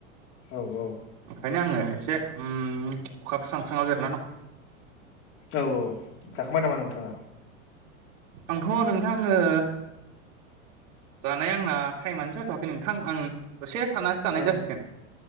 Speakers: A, on the left (about 70°); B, on the right (about 70°).
A: औ
B: ओंखायनो आङो एसे उम अखास्रां स्राङाव जिरायना दं।
A: औ औ। जाखांबाय नामा नोंथाङा?
B: आंथ' नोंथां ओ जानाया आंना थाइमानो जाथ'वाखै नोंथां आं दसे थानासो जानाय
A: औ
B: जासिगोन।